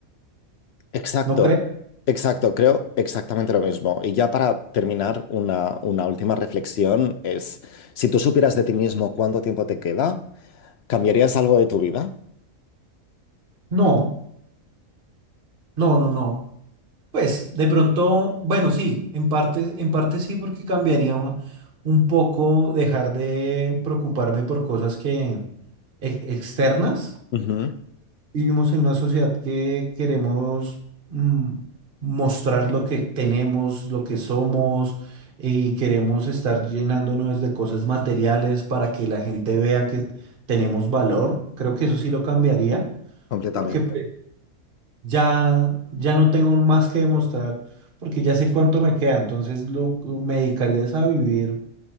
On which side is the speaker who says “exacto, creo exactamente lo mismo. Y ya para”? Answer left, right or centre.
Left